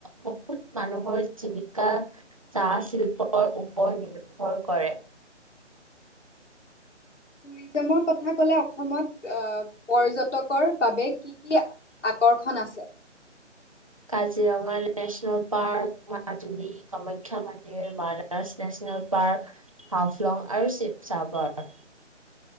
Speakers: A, on the right; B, on the left.
A: বহুত মানুহৰ জীৱিকা চাহ শিল্পৰ ওপৰত নিৰ্ভৰ কৰে।
B: টুৰিজিমৰ কথা ক'লে অসমত অ' পৰ্য্যটকৰ বাবে কি কি আকৰ্ষণ আছে।
A: কাজিৰঙা নেচনেল পাৰ্ক, মাজুলী কামাখ্যা মন্দিৰ, মানাহ নেচনেল পাৰ্ক, হাফলং আৰু শিৱসাগৰ।